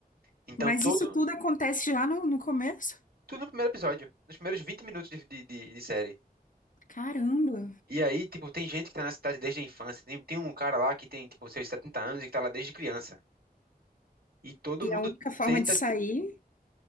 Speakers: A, on the right; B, on the left.
A: Então
B: Mas
A: todo
B: isso tudo acontece já no, no começo?
A: Tudo no primeiro episódio, nos primeiros 20 minutos de, de, de- de série.
B: Caramba.
A: E aí, tipo, tem gente que tá na cidade desde a infância. Tem, tem um cara lá que tem, tipo, seus 70 anos e que tá lá desde criança. E todo
B: E
A: mundo
B: é a única forma
A: tenta,
B: de sair,